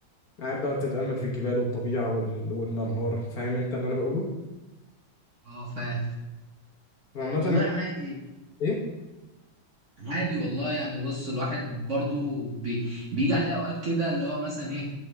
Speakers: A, on the left; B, on the right.
A: قاعد بقى بتتأمل في الجبال والطبيعة وال... والأنهار فاهم انت اللي انا بقوله
B: اه فاهم
A: فعامة
B: والله
A: انت-
B: عادي
A: ايه
B: عادي والله يعني بص الواحد برضو بي بيجي عليه اوقات كده اللي هو مثلا ايه